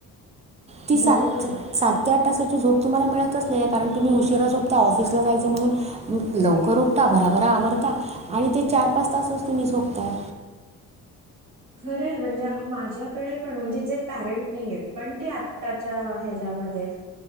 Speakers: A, on the right; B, on the right.
A: ती स
B: बरोबर आहे.
A: सात ते आठ तासाची झोप तुम्हाला मिळतच नाही कारण तुम्ही उशीरा झोपता ऑफिसला जायचं म्हणून लवकर उठता बराभरा आवरता आणि ते चार पाच तास अस तुम्ही झोपताय
B: खरं म्हणजे माझ्याकडे पण म्हणजे जे पॅरेंट नाही आहेत पण ते आत्ताच्या ह्याच्या मध्ये